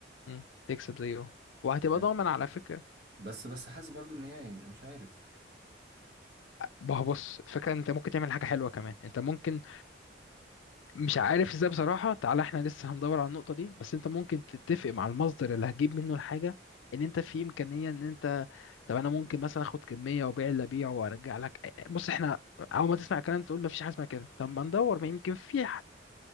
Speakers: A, on the left; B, on the right.
A: مم، تكسب زيهم وهتبقى
B: فاهم
A: ضامن على فكرة
B: بس بس حاسس برضو ان هي يعني مش عارف
A: ما هو بص الفكرة إن انت ممكن تعمل حاجة حلوة كمان انت ممكن مش عارف ازاي بصراحة تعالى احنا لسه هندور على النقطة دي بس انت ممكن تتفق مع المصدر اللي هتجيب منه الحاجة ان انت في امكانية ان انت طب انا ممكن مثلا اخد كمية وابيع اللي ابيعه وارجع لك بص احنا اول ما تسمع الكلام ده تقول ما فيش حاجة اسمها كده طب ما ندور ما يمكن في